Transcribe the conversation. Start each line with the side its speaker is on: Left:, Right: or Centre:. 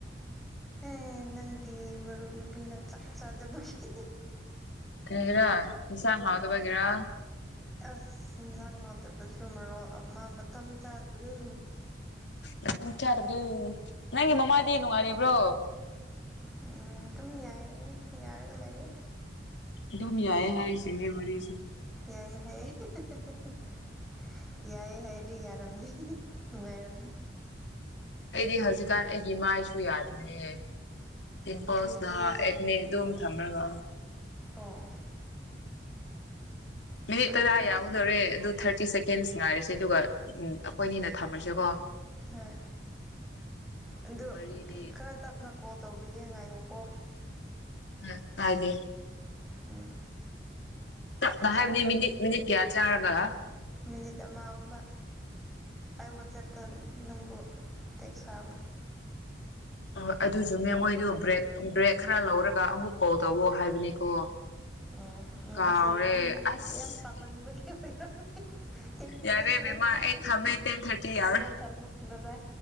Centre: ꯑꯦ ꯅꯪꯒꯤ ꯃꯔꯨꯞ ꯅꯨꯄꯤꯅ ꯆꯥꯛ ꯆꯥꯗꯕꯒꯤ
Left: ꯀꯩꯒꯤꯔꯥ ꯏꯟꯁꯥꯡ ꯍꯥꯎꯇꯕꯒꯤꯔꯥ
Centre: ꯑꯁ ꯍꯦꯟꯁꯥꯡ ꯍꯥꯥꯎꯇꯕꯁꯨꯨ ꯃꯔꯣꯜ ꯑꯃ ꯃꯇꯝ ꯆꯥꯗꯕꯗꯨ
Left: ꯅꯪ ꯆꯥꯗꯕꯗꯨ ꯅꯪꯒꯤ ꯅꯃꯥꯗꯤ ꯅꯨꯡꯉꯥꯏꯔꯤꯕ꯭ꯔꯣ
Centre: ꯎꯝ ꯇꯨꯝ ꯌꯥꯏꯌꯦ ꯌꯥꯔꯒ ꯂꯩꯌꯦ
Left: ꯏꯗꯨꯝ ꯌꯥꯏ ꯍꯥꯏꯔꯤꯁꯤꯅꯦ ꯋꯥꯔꯤꯁꯦ
Centre: ꯌꯥꯏꯌꯦ ꯍꯥꯏꯌꯦ <unintelligible> ꯌꯥꯏꯌꯦ ꯍꯥꯏꯔꯤ ꯌꯥꯔꯝꯅꯤ ꯅꯨꯡꯉꯥꯏꯔꯝꯅꯤ
Left: ꯑꯩꯗꯤ ꯍꯧꯖꯤꯛꯀꯥꯟ ꯑꯩꯒꯤ ꯃꯥꯏꯁꯨ ꯌꯥꯗ꯭ꯔꯤꯌꯦ ꯄꯤꯝꯄꯜꯁꯅ
Centre: ꯀꯔꯤꯒꯤ
Left: ꯑꯦꯛꯅꯤ ꯑꯗꯨꯝ ꯊꯝꯔꯒ
Centre: ꯑꯣ
Left: ꯃꯤꯅꯤꯠ
Centre: ꯈꯪꯗꯦ
Left: ꯇꯔꯥ ꯌꯥꯎꯒꯗꯣꯔꯦ ꯑꯗꯨ ꯊꯥꯔꯇꯤ ꯁꯦꯀꯦꯟꯁ ꯉꯥꯏꯔꯁꯦ ꯑꯗꯨꯒ ꯎꯝ ꯑꯈꯣꯏꯅꯤꯅ ꯊꯝꯃꯁꯦꯀꯣ
Centre: ꯍꯣꯏ
Left: ꯑꯍꯨꯝ
Centre: ꯑꯗꯨ
Left: ꯃꯔꯤꯗꯤ
Centre: ꯈꯔ ꯇꯞꯅ ꯀꯣꯜ ꯇꯧꯕꯤꯒꯦ ꯉꯥꯏꯉꯨꯀꯣ
Left: ꯑ ꯉꯏꯒꯦ
Centre: ꯎꯝ ꯑꯥ
Left: ꯅꯥ
Centre: ꯆꯥꯛ
Left: ꯍꯥꯏꯕꯗꯤ ꯃꯤꯅꯤꯠ ꯃꯤꯅꯤꯠ ꯀꯌꯥ ꯆꯥꯔꯒ
Centre: ꯃꯤꯅꯤꯠ ꯑꯃꯥꯒꯨꯝꯕ ꯑꯩ ꯋꯥꯆꯦꯞꯇ ꯅꯪꯕꯨ ꯇꯦꯀ꯭ꯁ ꯊꯥꯔꯝ
Left: ꯍꯣ ꯍꯣꯏ ꯑꯗꯨ ꯆꯨꯝꯃꯦ ꯃꯣꯏꯗꯨ ꯕ꯭ꯔꯦꯛ ꯕ꯭ꯔꯦꯛ ꯈꯔ ꯂꯧꯔꯒ ꯑꯃꯨꯛ ꯀꯣꯜ ꯇꯧꯋꯣ ꯍꯥꯏꯕꯅꯤꯀꯣ
Centre: ꯎꯝ ꯅꯪꯁꯦ
Left: ꯀꯥꯎꯔꯦ
Centre: ꯌꯥꯝ
Left: ꯑꯁ
Centre: ꯌꯥꯝ ꯄꯥꯝꯃꯟꯕꯒꯤ <unintelligible> ꯇꯦꯔꯦꯁ
Left: ꯌꯥꯔꯦ
Centre: ꯂꯩ
Left: ꯕꯦꯝꯃ ꯑꯩ ꯊꯝꯃꯦ
Centre: <unintelligible>
Left: ꯇꯦꯟ ꯊꯥꯔꯇꯤ
Centre: ꯊꯝꯃꯣ
Left: ꯌꯥꯎꯔꯦ
Centre: ꯇꯝꯃꯣ ꯕꯕꯥꯏ